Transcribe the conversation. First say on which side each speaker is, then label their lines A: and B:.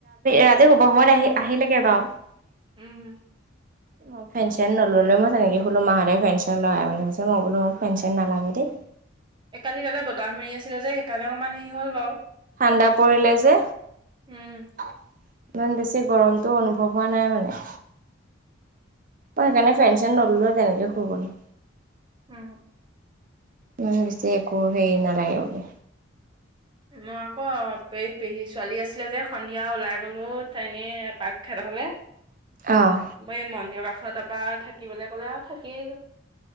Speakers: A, on the right; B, on the right.
A: ৰাতি শুভ সময়ত আহি আহিলেগে বাৰু। <unintelligible>
B: উম
A: পেন নললেও মই তেনেকে শুলো মাহতে ফেনচেন লগাই মেলি শুইছে, মই বোলো ফেনচেন নালাগে দেই।
B: এ কালি তাতে বতাহ মাৰি আছিলে যে সেইকাৰণে অকণমান হেৰি হল বাৰু।
A: ঠাণ্ডা পৰিলে যে।
B: উম
A: ইমান বেছি গৰমটো অনুভৱ হোৱা নাই মানে। মই সেইকাৰণে ফেনচেন নললো তেনেকে শুই গলো।
B: উম,
A: মানে বেছি একো হেৰি নালাগে বোলে।
B: মই আকৌ এই পেহী ছোৱালী আছিলে যে সন্ধিয়া ওলাই গলো এনে পাক খেত হলে।
A: অ',
B: মই এই মন্দিৰ কাষত, তাৰপৰা থাকিবলৈ ক'লে আৰু থাকিয়ে দিলো।